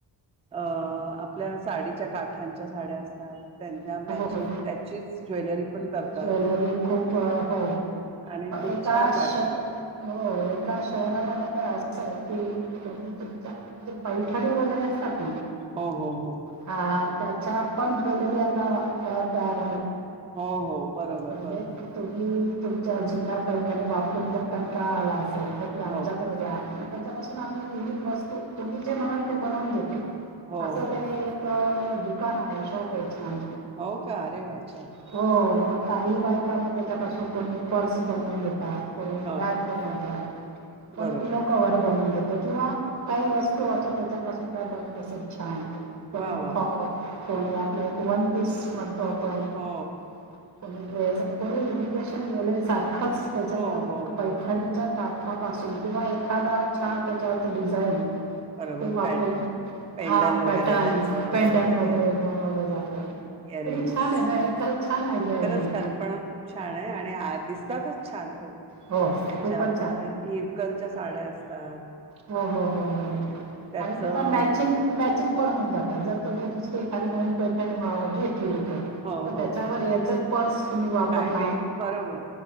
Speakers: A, on the right; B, on the right.
A: अ.. आपल्या साडीच्या काठाच्या साड्या असतात. त्यांना
B: हो,
A: मॅचिंग
B: हो.
A: त्याचीच ज्वेलरी पण करतात
B: ज्वेलरी खूप हो..
A: आणि ती
B: एका
A: छान वाटते
B: श.. हो एका शहरामध्ये तर असतय की.. तुम्ही तुमच्या पैठणी वगैरे असतात.
A: हो हो हो
B: हा.. त्याच्या पण ज्वेलरी आता तयार
A: हो.. हो.. बरोबर
B: अग
A: बरोबर
B: तुम्ही तुमच्या जुन्या पैठणी वापरून.. जर कंटाळा आला तर आमच्याकडे
A: हो
B: द्या. त्यातून आम्ही विविध वस्तू.. तुम्ही जे म्हणाल ते बनवून देतो.
A: हो
B: अस
A: हो
B: ते एक दुकान आहे. शॉपये छान.
A: हो का अरे वा छान
B: हो.. मग. काही बायकांना.. त्याच्यापासून कोणी पर्स बनवून देतात. कोणी
A: हो
B: बॅग बनवतात. कोणी
A: बरोबर
B: पिलो कवर बनवून देत. किंवा काही वस्तू असं त्याच्यापासून काय बनत असेल छान? कोणी
A: वा वा
B: कोणी.. आपल एक वन पीस म्ह
A: हो
B: <unintelligible> कोणी ड्रेस आणि कोणी इमिटेशन ज्वेलरी सारख खरच त्याच्या
A: हो
B: त्या
A: हो
B: पैठाणीच्या
A: हो
B: का ह्या पासून किंवा एखादा छान त्याच्यावरचा डिझाइन
A: बरोबर
B: ते वापरून
A: पॅट पेंडल
B: हा
A: वगैरे
B: पॅटन
A: त्याच
B: पेंडन
A: बरोबर
B: वगैरे
A: आहे
B: बनवलं जात.
A: इयरिंग्स
B: किती छानये ना? खरच छान आहे
A: खरंच
B: ही
A: कल्पना खूप छान आहे आणि दिसतातच छान ख त्याच्या
B: हो खूपच
A: पुन
B: छान
A: इरकलच्या साड्या असतात
B: हम् हम् हम् हम्
A: त्याचं
B: आणि तस मॅचिंग मॅचिंग पण होऊन जात जर तुम्ही दुसरी एखादी नवीन पैठण घेतली विकत
A: हो
B: तर
A: हो
B: त्याच्यावर
A: हो
B: याचं पर्स तुम्ही वापरणार
A: काय वेळ बरोबर